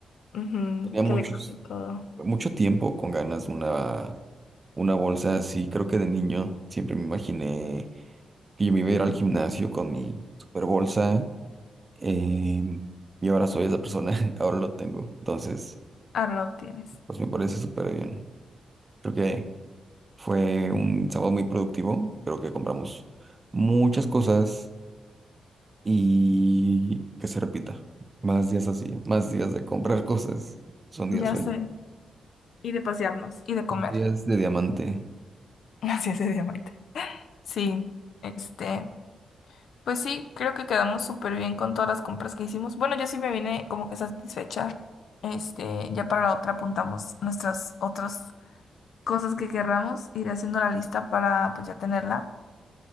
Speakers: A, on the left; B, on the right.
A: Ujú,
B: Tenía muchos.
A: que le cambie todo.
B: mucho tiempo con ganas una, una bolsa así. Creo que de niño siempre me imaginé que yo me iba a ir al gimnasio con mi super bolsa. em, y ahora soy esa persona, <laughs> ahora lo tengo. Entonces,
A: Ahora lo obtienes.
B: pues me parece súper bien. Creo que fue un sábado muy productivo. Creo que compramos muchas cosas y que se repita. Más días así, más días de comprar <laughs> cosas. Son
A: Ya
B: días sueltos,
A: sé. Y de pasearnos y de comer.
B: son días de diamante.
A: <laughs> Así es, diamante. Sí, este, pues sí, creo que quedamos súper bien con todas las compras que hicimos. Bueno, yo sí me vine como que satisfecha. Este, ya para la otra apuntamos nuestras otras cosas que querramos, ir haciendo la lista para pues ya tenerla.